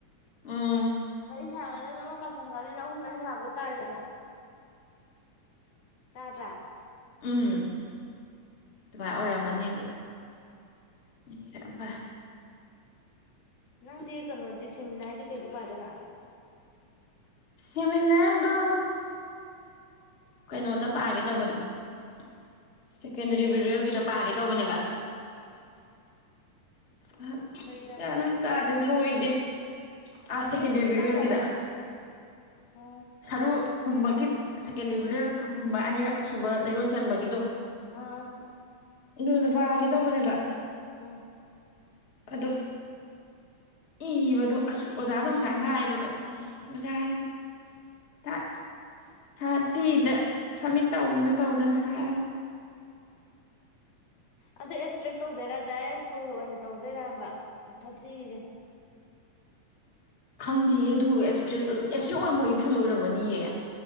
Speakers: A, on the left; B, on the left.
A: ꯎꯝ
B: ꯃꯔꯤ ꯁꯥꯒꯗꯕꯅ ꯑꯃ ꯄꯁꯪꯈ꯭ꯔꯕꯅꯤꯅ ꯑꯍꯨꯝꯗꯪ ꯁꯥꯕ ꯇꯥꯔꯦꯗꯅ ꯇꯥꯗ꯭ꯔꯥ
A: ꯎꯝ ꯑꯗꯨꯃꯥꯏꯅ
B: ꯎꯝ
A: ꯑꯣꯏꯔꯝꯃꯅꯤ ꯑꯗꯨꯗꯤ ꯃꯤꯔꯝꯕꯔ
B: ꯅꯪꯗꯤ ꯀꯩꯅꯣꯗꯤ ꯁꯦꯃꯤꯅꯥꯗꯤ ꯀꯩꯗ ꯄꯥꯗꯣꯏꯕ
A: <inaudible> ꯍꯦꯃꯤꯟꯅꯔꯗꯨꯝ ꯀꯩꯅꯣꯗ ꯄꯥꯒꯦ ꯇꯧꯕꯅꯤ <inaudible> ꯁꯦꯀꯦꯟꯗꯔꯤ
B: ꯀꯩꯗ
A: ꯚꯤꯔꯋꯦꯜꯒꯤꯗ ꯄꯥꯒꯦ ꯇꯧꯕꯅꯦꯕ <inaudible> ꯑꯍꯝ
B: ꯀꯩꯗꯕ
A: ꯒ꯭ꯌꯥꯟ ꯑꯝ ꯇꯥ ꯗ ꯂꯣꯏꯗꯦ ꯑ ꯁꯦꯀꯦꯟꯦꯗꯔꯤ
B: ꯀꯩꯒꯤ ꯃꯇꯥꯡꯗ
A: ꯕꯤꯔꯌꯦꯜꯒꯤꯗ
B: ꯍꯥꯏꯅꯣ ꯎꯝ
A: ꯁꯔꯨ ꯐꯨꯝꯕꯒꯤ ꯁꯦꯀꯦꯟꯗꯔꯤ ꯕꯤꯔꯋꯦꯜ ꯈ ꯐꯨꯝꯕ ꯑꯅꯤꯔꯛ ꯁꯨꯕ ꯂꯩꯔꯣꯟ ꯆꯟꯕꯒꯤꯗꯣ
B: ꯑꯥ
A: ꯑꯗꯨꯗ ꯄꯥꯒꯦ ꯇꯧꯕꯅꯦꯕ
B: ꯎꯝ
A: ꯑꯗꯣ ꯏꯕꯗꯣ ꯑꯁ ꯑꯣꯖꯥꯗ ꯉꯁꯥꯏ ꯍꯥꯏꯕꯗꯣ ꯑꯣꯖꯥꯅꯦ ꯊꯥ ꯊꯥꯇꯤꯗ ꯁꯝꯃꯤꯠ ꯇꯧꯑꯅ ꯇꯧꯗꯅ ꯍꯥꯏꯔ
B: ꯑꯗꯣ ꯑꯦꯞꯁꯇ꯭ꯔꯤꯛ ꯇꯧꯗꯣꯏꯔ ꯗꯥꯏꯔꯦꯛ ꯐꯨꯜ ꯑꯣꯏꯅ ꯇꯧꯗꯣꯏꯔꯕ ꯊꯥꯔꯇꯤꯒꯤꯒ
A: ꯈꯪꯗꯤꯌꯦ ꯑꯗꯨ ꯑꯦꯞꯁꯇ꯭ꯔꯦꯛ ꯑꯦꯞꯁꯇ꯭ꯔꯦꯛ ꯑꯣꯏꯔꯝꯃꯣꯏꯌꯦ ꯐꯨꯜ ꯑꯣꯏꯔꯝꯒꯅꯤꯌꯦ